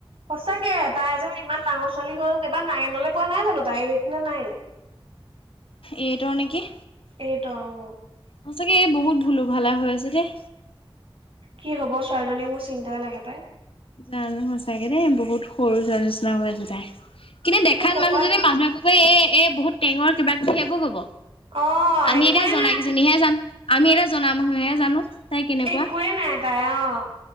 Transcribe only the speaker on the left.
এইটৰ নেকি।
সচাকে এই বহুত ভুলো ভালা হৈ আছে দেই।
কাৰণে সচাকে দেই বহুত সৰু ছোৱালী নিচিনা হৈ আছে তাই কিন্তু দেখাত
মানুহ
জনি মানুহৰ এ' এ' বহুত টেঙৰ কিবা কিবি সেইবোৰ হ'ব,
আমি
এতিয়া জনা
কেইজনীহে জানো। আমি এতিয়া জনা মানুহে জানো। তাই কেনেকুৱা